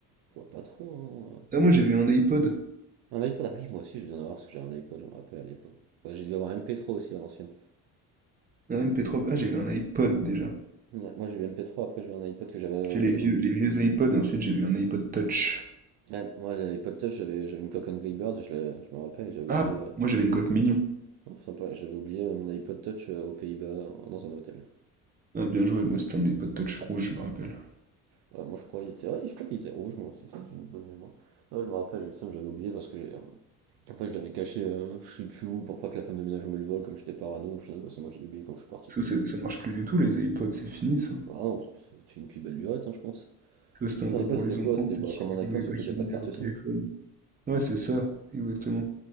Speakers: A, on the right (about 60°); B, on the right (about 20°).
A: je vois pas trop. hein.
B: Ah, moi, j'ai vu un iPod,
A: Un iPod, ah oui, moi aussi je dû en avoir parce que j'avais un iPod, je me rappelle à l'époque. Ouais, j'ai dû avoir un MP3 aussi à l'ancienne.
B: un mp trois ah, j'ai eu un iPod déjà.
A: Ouais, moi j'ai eu MP3, après j'ai eu un iPod que j'avais
B: C'est
A: que
B: les
A: j'avais
B: vieux,
A: oublié.
B: les vieux iPods, et ensuite j'ai vu un iPod Touch.
A: Ouais, moi l'iPod Touch, j'avais j'avais une Coke Angry Birds, je, l'ai- je me rappelle, et j'avais
B: Ah,
A: oublié. euh,
B: moi j'avais
A: j'avais-
B: une coque mignon.
A: oh, sympa, j'avais oublié euh, mon iPod Touch euh, aux Pays-Bas euh, dans un hôtel.
B: Ah, bien joué, moi c'était un iPod Touch rouge, je me rappelle.
A: Voilà, moi je crois qu'il était, ouais, je crois qu'il était rouge moi aussi, c'est que j'ai une bonne mémoire. Ouais, je me rappelle, j'ai le seum, j'avais oublié parce que j'ai- En fait, je l'avais caché, euh, je sais plus où, pour pas que la femme de ménage me le vole, comme j'étais parano, au final, bah, c'est moi qui l'ai oublié quand je suis parti,
B: Ça,
A: quoi.
B: c'est- ça marche plus du tout, les iPods, c'est fini ça.
A: Ah non, c'était une plus belle lurette, hein, je pense.
B: Ça c'était
A: En
B: un
A: fait,
B: peu
A: à l'époque,
B: pour
A: c'était
B: les
A: quoi?
B: enfants,
A: C'était
B: peut-être
A: bah,
B: qu'ils
A: comme un iPhone,
B: ils voulaient
A: sauf
B: pas
A: que
B: qu'ils
A: t'as pas
B: aient de
A: de
B: numéro
A: carte
B: de
A: SIM.
B: téléphone. Ouais, c'est ça, exactement.